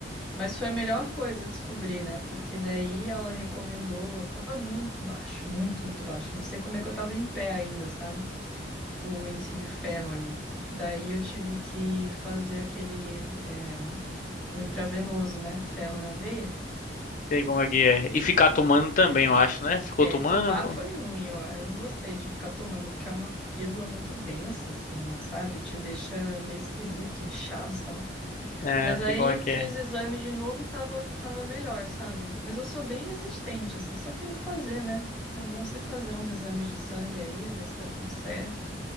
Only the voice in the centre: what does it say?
Mas foi a melhor coisa descobrir, né? Porque daí ela recomendou. Tava muito baixo, muito, muito baixo. Não sei como é que eu tava em pé ainda, sabe? O índice de ferro ali. Daí eu tive que fazer aquele. é, o intravenoso, né? Ferro na veia.
É,
tomar foi ruim, eu, eu não gostei de ficar tomando, porque é uma pílula muito densa, assim, sabe? Te deixa meio esquisito, inchado, sei lá.
Mas aí
fiz
exame de novo e tava, tava melhor, sabe? Mas eu sou bem resistente, assim, só que tem que fazer, né? É bom você fazer uns exames de sangue aí, ver se tá tudo certo.